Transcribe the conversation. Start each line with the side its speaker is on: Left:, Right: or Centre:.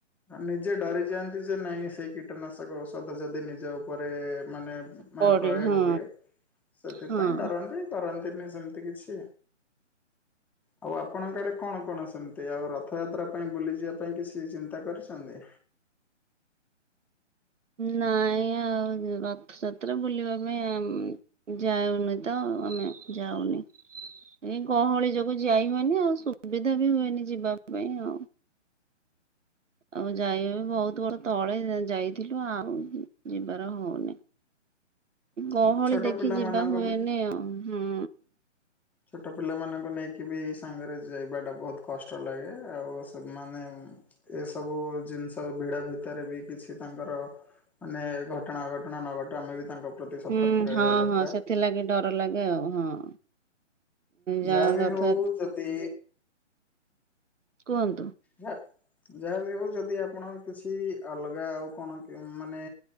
Centre: ହଁ ନିଜେ ଡରିଯାଆନ୍ତି ଯେ ନାଇଁ ସେଇ କୀଟନାଶକ ଔଷଧ ଯଦି ନିଜ ଉପରେ ମାନେ ମା
Right: ପଡେ
Centre: ପ୍ରୟୋଗ
Right: ହଁ।
Centre: ହୁଏ ସେଥିପାଇଁ
Right: ହଁ।
Centre: ଡରନ୍ତି। କରନ୍ତି ନି ସେମିତି କିଛି। ଆଉ ଆପଣଙ୍କ ଆଡେ କଣ କଣ ସେମିତି ଆଉ ରଥଯାତ୍ରା ପାଇଁ ବୁଲିଯିବା ପାଇଁ କିଛି ଚିନ୍ ତା କରିଛନ୍ତି?
Right: ନାଇଁ ଆଉ ଯ ରଥଯାତ୍ରା ବୁଲିବା ପାଇଁ ଆମ୍ ଯାଉନି ତ। ଓ ଆମେ ଯାଉନି। ଏ ଗହଳି ଯୋଗୁ ଯାଇ ହୁଏନି। ଆଉ ସୁବିଧା ବି ହୁଏନି ଯିବା ପାଇଁ ଆଉ। ଆଉ ଯାଇ ବି ବହୁତ ବର୍ଷ ତଳେ ଯାଇଥିଲୁ ଆଉ ଯିବାର ହଉନି।
Centre: ଆଜ୍ଞା
Right: ଗହଳି
Centre: ଛୋଟ
Right: ଦେଖି
Centre: ପିଲାମାନଙ୍କୁ
Right: ଯିବା ହୁଏନି
Centre: ବି
Right: ଆଉ। ହଁ।
Centre: ଛୋଟ ପିଲାମାନଙ୍କୁ ନେଇକି ବି ସାଙ୍ଗରେ ଯାଇବା ଟା ବହୁତ କଷ୍ଟ ଲାଗେ। ଆଉ ସେମାନେ ଉଁ, ଏସବୁ ଜିନିଷ ଭିଡ ଭିତରେ ବି କିଛି ତାଙ୍କର ମାନେ ଘଟଣା ଘଟଣା ନଘଟୁ ଆମେ ବି ତାଙ୍କ ପ୍ରତି ସତର୍କ
Right: ହୁଁ
Centre: ରହିବା
Right: ହଁ
Centre: ଦରକାର।
Right: ହଁ ସେଥିଲାଗି ଡର ଲାଗେ ଆଉ ହଁ। ଯା
Centre: ଯହା ବି
Right: ରଥ
Centre: ହଉ ଯଦି
Right: କୁହନ୍ତୁ?
Centre: ହେ। ଯାହା ବି ହଉ ଯଦି ଆପଣ କିଛି ଅଲଗା ଆଉ କଣ ମାନେ